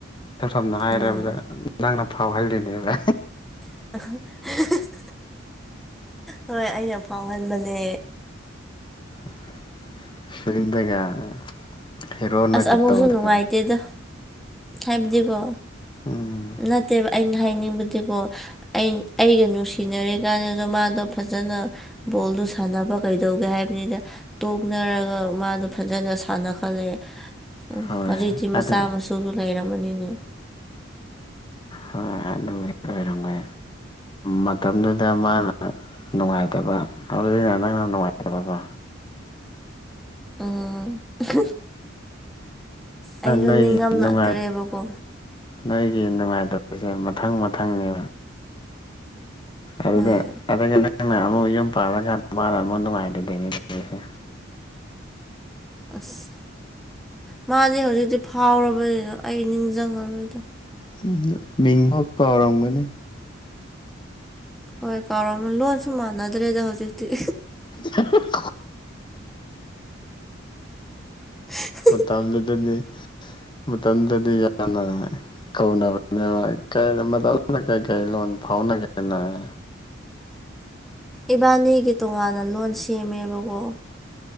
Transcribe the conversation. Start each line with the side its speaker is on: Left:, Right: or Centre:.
Left: ꯏꯁꯝ ꯁꯝꯅ ꯍꯥꯏꯔꯕꯗ
Centre: ꯎꯝ
Left: ꯅꯪꯅ ꯐꯥꯎꯍꯜꯂꯤꯅꯦꯕ
Centre: <unintelligible> ꯍꯣꯏ ꯑꯩꯅ ꯐꯥꯎꯍꯟꯕꯅꯦ
Left: <unintelligible> ꯍꯦꯔꯣꯅꯒ
Centre: ꯑꯁ ꯑꯃꯨꯛꯁꯨ
Left: ꯇꯧꯕꯗꯣ
Centre: ꯅꯨꯡꯉꯥꯏꯇꯦꯗ ꯍꯥꯏꯕꯗꯤꯀꯣ
Left: ꯎꯝ
Centre: ꯅꯠꯇꯦꯕ ꯑꯩꯅ ꯍꯥꯏꯅꯤꯡꯕꯗꯤꯀꯣ ꯑꯩ ꯑꯩꯒ ꯅꯨꯡꯁꯤꯅꯔꯤ ꯀꯥꯟꯗꯁꯨ ꯃꯥꯗꯣ ꯐꯖꯅ ꯕꯣꯜꯗꯨ ꯁꯥꯟꯅꯕ ꯀꯩꯗꯧꯒꯦ ꯍꯥꯏꯕꯅꯤꯗ ꯇꯣꯛꯅꯔꯒ ꯃꯥꯗꯣ ꯐꯖꯅ ꯁꯥꯟꯅ ꯈꯠꯂꯦ ꯎꯝ
Left: ꯍꯣꯏ
Centre: ꯍꯧꯖꯤꯛꯇꯤ ꯃꯆꯥ
Left: ꯑꯗꯨ
Centre: ꯃꯁꯨꯁꯨ ꯂꯩꯔꯝꯃꯅꯤꯅꯦ
Left: ꯍꯣꯏ ꯑꯗꯨꯕꯨꯗꯤ ꯑꯣꯏꯔꯝꯒꯅꯤ ꯃꯇꯝꯗꯨꯗ ꯃꯥꯅ ꯅꯨꯡꯉꯥꯏꯇꯕ ꯍꯧꯖꯤꯛꯅꯥ ꯅꯪꯅ ꯅꯨꯡꯉꯥꯏꯇꯕꯀꯣ
Centre: ꯎꯝ <unintelligible> ꯑꯩꯁꯨ
Left: ꯅꯣꯏꯒꯤ
Centre: ꯅꯤꯡꯉꯝꯅꯛꯇ꯭ꯔꯦꯕꯀꯣ
Left: ꯅꯨꯡꯉꯥꯏ ꯅꯣꯏꯒꯤ ꯅꯨꯡꯉꯥꯏꯇꯕꯁꯦ ꯃꯊꯪ ꯃꯊꯪꯅꯦꯕ ꯑꯗꯨꯗ
Centre: ꯍꯣꯏ
Left: ꯑꯗꯨꯒ ꯅꯪꯅ ꯑꯃꯨꯛ ꯌꯨꯝ ꯄꯥꯜꯂꯒꯥꯟ ꯃꯥꯅꯥ ꯅꯨꯡꯉꯥꯏꯇꯥ <unintelligible> ꯇꯧꯔꯤꯁꯦ
Centre: ꯑꯁ ꯃꯥꯗꯤ ꯍꯧꯖꯤꯛꯇꯤ ꯐꯥꯎꯔꯕꯅꯤ ꯑꯩ ꯅꯤꯡꯁꯤꯡꯉꯔꯣꯏꯗ
Left: ꯎꯝ ꯃꯤꯡꯕꯥꯎ ꯀꯥꯎꯔꯝꯒꯅꯤ
Centre: ꯍꯣꯏ ꯀꯥꯎꯔꯝꯃ ꯂꯣꯟꯁꯨ ꯃꯥꯟꯅꯗ꯭ꯔꯦꯗ ꯍꯧꯖꯤꯛꯇꯤ
Left: <unintelligible>
Centre: ꯍ <unintelligible>
Left: ꯃꯇꯝꯗꯨꯗꯗꯤ ꯃꯇꯝꯗꯨꯗꯗꯤ ꯌꯥꯝꯅ ꯀꯧꯅꯕꯅꯦꯕꯥ ꯏꯀꯥꯏꯔꯝꯕꯗꯣ ꯍꯧꯖꯤꯛꯅꯥ ꯀꯩꯀꯩ ꯂꯣꯟ ꯐꯥꯎꯅꯒꯦ ꯅꯣꯏ
Centre: ꯏꯕꯥꯅꯤꯒꯤ ꯇꯣꯉꯥꯟꯅ ꯂꯣꯟ ꯁꯦꯝꯃꯦꯕꯀꯣ